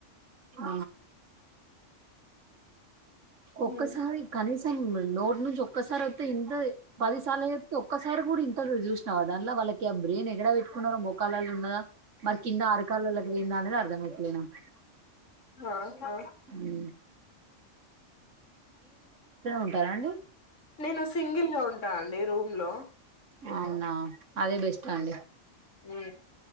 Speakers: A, on the right; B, on the left.
A: ఆ ఒక్కసారి
B: ఉమ్,
A: కనీసం నోటి నుంచి ఒక్కసారి వత్తే ఇంతే పదిసార్లు చెప్పుతే ఒక్కసారి కూడా ఇంటి అల్లుడు చూసినవా దాన్ల వాళ్ళకి ఆ బ్రెయిన్ ఎగడా పెట్టుకున్నారో మోకాళ్ళ ఉన్నదా మరి కింద ఆరకాలాలకు పోయిందా అనేది అర్థమయట్లే నాకు
B: ఆహా
A: ఉ ఉంటారా అండి
B: నేను సింగిల్గా ఉంటా అండి రూమ్ లో
A: అవునా అదే బెస్ట్ అండి
B: ఊ